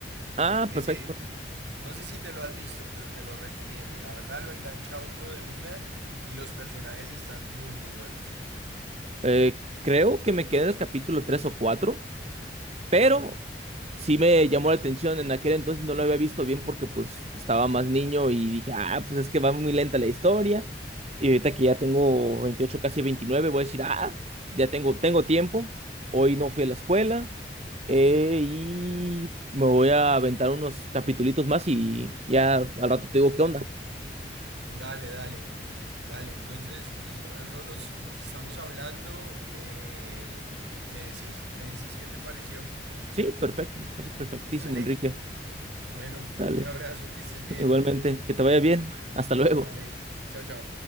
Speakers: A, on the right; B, on the right.
A: Ah,
B: Ese,
A: perfecto.
B: no sé si te lo has visto, pero te lo recomiendo. La verdad lo engancha a uno de una y los personajes están muy, muy buenos.
A: Eh, creo que me quedé en el capítulo 3 o 4. Pero sí me llamó la atención, en aquel entonces no lo había visto bien porque pues estaba más niño y dije, ah, pues es que va muy lenta la historia. Y ahorita que ya tengo veintiocho casi veintinueve voy a decir, ah, ya tengo, tengo tiempo, hoy no fui a la escuela eh, y me voy a aventar unos capitulitos más y ya al rato te digo qué onda.
B: Dale, dale. Dale, entonces Luis Fernando, nos, nos estamos hablando eh, y me decís, me decís qué te pareció.
A: Sí, perfecto, me parece perfectísimo,
B: Dale.
A: Enrique.
B: Bueno,
A: Dale,
B: un abrazo, que estés bien.
A: <laughs> igualmente, que te vaya bien, hasta luego.
B: Dale, chao, chao.